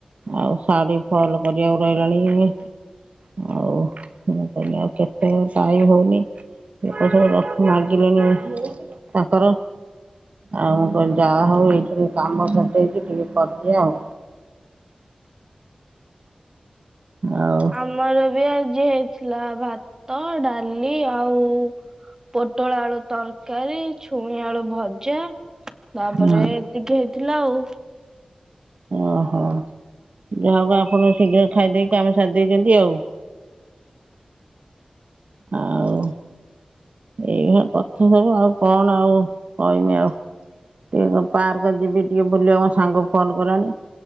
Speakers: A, on the right; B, on the right.
A: ଆଉ ଶାଢୀ ଫଲ୍ କରିବାକୁ ରହିଲାଣି। ଆଉ, ମୁଁ କହିନି ଆଉ କେତେ ସାଇ ନି ଲୋକ ସବୁ ମାଗିଲେଣି ତାଙ୍କର। ଆଉ ମୁ କହିନି ଯାହା ହଉ ଏଇଖିରି କାମ ସରଦେଇଛି ଟିକେ କରିଦିଏ ଆଉ। ଆଉ।
B: ଆମର ବି ଆଜି ହେଇଥିଲା ଭାତ, ଡାଲି ଆଉ ପୋଟଳ ଆଳୁ ତରକାରୀ, ଛୁଇଁ ଆଳୁ ଭଜା। ତାପରେ
A: ହୁଁ
B: ଏତିକି ହେଇଥିଲା ଆଉ।
A: ଓହୋ, ଯାହାକୁ ଆପଣ ଶୀଘ୍ର ଖାଇଦେଇକି କାମ ସାରି ଦେଇଛନ୍ତି ଆଉ। ଆଉ। ଏଇରା କଥା ସବୁ ଆଉ, କଣ ଆଉ କହିମି ଆଉ? <unintelligible> ପାର୍କ ଯିବି ଟିକେ ବୁଲିବାକୁ ମୋ ସାଙ୍ଗକୁ ଫୋନ୍ କଲାଣି,